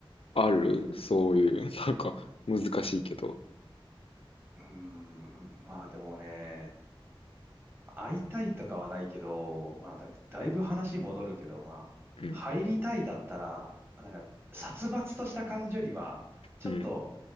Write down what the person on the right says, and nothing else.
うーん。まあでもね、会いたいとかはないけど、まあ、だ、だいぶ話戻るけど、まあ、
入りたいだったら、なんか、殺伐とした感じよりは、ちょっと、